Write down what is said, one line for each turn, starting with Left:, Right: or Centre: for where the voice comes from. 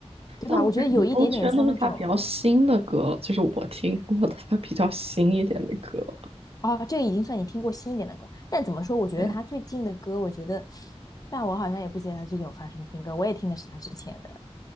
Left: 对吧？
Right: 但我感觉都全都是他比较新的歌了，
Left: 我觉得有一点点像那种，
Right: 就是我听过的他比较新一点的歌了
Left: 哦，这个已经算你听过新一点的歌。但怎么说，我觉得他最近的歌，
Right: 对，
Left: 我觉得，但我好像也不记得他最近有发什么新歌，我也听的是他之前的。